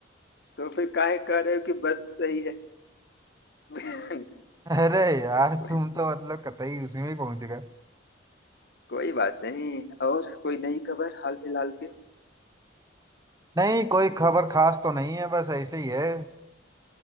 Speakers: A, on the left; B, on the right.
A: तो फिर काहे कह रहे हो कि बस सही है <laughs>
B: अरे यार
A: कोई
B: तुम तो मतलब कतई उसी में ही पहुंच गए
A: कोई बात नहीं और कोई नई खबर हाल फिलहाल के
B: नहीं कोई खबर खास तो नहीं है बस ऐसे ही है